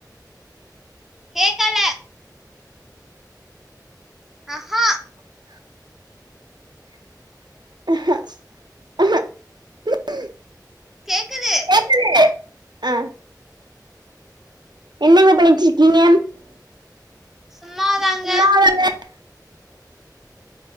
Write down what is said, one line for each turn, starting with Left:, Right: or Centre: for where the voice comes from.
Centre: கேக்கல ஆஹா
Right: <inaudible>
Centre: கேக்குது
Right: பேக்குது ஆ என்னங்க பண்ணிட்டு இருக்கீங்க
Centre: சும்மாதாங்க
Right: சும்மாதாங்க